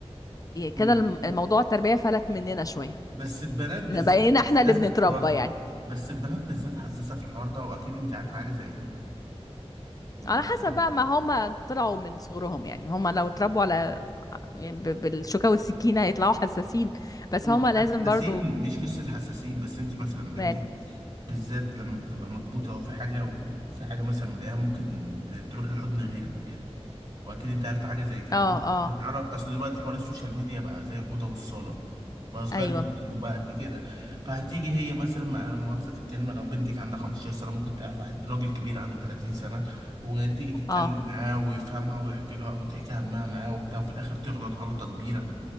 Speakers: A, on the right (about 40°); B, on the left (about 35°).
A: امم
B: كده الم- الموضوع التربية فلت مننا شوية
A: بس البنات بالذات
B: بقينا
A: حساسه
B: احنا اللي بنتربى
A: في الحوار ده
B: يعني
A: بس البنات بالذات حساسه في الحوار ده واكيد انت عارفه حاجه زي كده
B: على حسب بقى ما هما طلعوا من صغرهم يعني هما لو اتربوا على يعني ب- بالشوكة والسكينة يطلعوا حساسين بس
A: مش
B: هما لازم
A: حساسين
B: برضو
A: مش قصة حساسين بس انت مثلا
B: مال
A: بنتك بالذات لما بتبقى مكبوتة او في حاجة وفي حاجة مثلا مضايقاها ممكن ت- تروح لحضن غيرك واكيد انت عارفة حاجة زي كده
B: اه
A: ممكن
B: اه
A: تتعرف اصل دلوقتي حوار السوشيال ميديا بقى زي الأوضة والصالة بقى صغير
B: ايوه
A: جدا وبقى قد كده فهتيجي هي مثلا مع لا مؤاخذة في الكلمة لو بنتك عندها 15 سنة ممكن تعرف واحد راجل كبير عنده 30 سنة وتيجي تتكلم
B: اه
A: معاه ويفهمها ويحكي لها وتحكي همها معاه وبتاع وفي الآخر تغلط غلطة كبيرة